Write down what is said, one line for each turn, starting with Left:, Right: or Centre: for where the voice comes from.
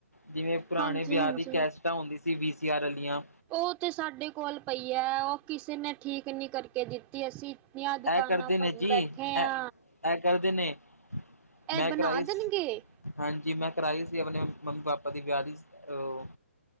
Left: ਜਿਵੇਂ ਪੁਰਾਣੇ
Right: ਹਾਂਜੀ
Left: ਵਿਆਹ
Right: ਹਾਂਜੀ
Left: ਦੀ ਕੈਸਟਾਂ ਹੁੰਦੀ ਸੀ ਬ ਸੀ ਆਰ ਵਾਲੀਆਂ
Right: ਉਹ ਤੇ ਸਾਡੇ ਕੋਲ ਪਈ ਹੈ ਉਹ ਕਿਸੇ ਨੇ ਠੀਕ ਨਹੀਂ ਕਰਕੇ ਦਿੱਤੀ ਅਸੀਂ ਇੰਨੀਆਂ ਦੁਕਾਨਾਂ
Left: ਇਹ ਕਰਦੇ ਨੇ
Right: ਘੁੰਮ
Left: ਜੀ
Right: ਬੈਠੇ
Left: ਇਹ
Right: ਆ।
Left: ਇਹ ਕਰਦੇ ਨੇ ਮੈਂ
Right: ਇਹ ਬਣਾ
Left: ਕਰਾਈ
Right: ਦੇਣਗੇ।
Left: ਹਾਂਜੀ ਮੈਂ ਕਰਾਈ ਸੀ ਆਪਣੇ ਮੰਮੀ ਪਾਪਾ ਦੀ ਵਿਆਹ ਦੀ ਅਹ।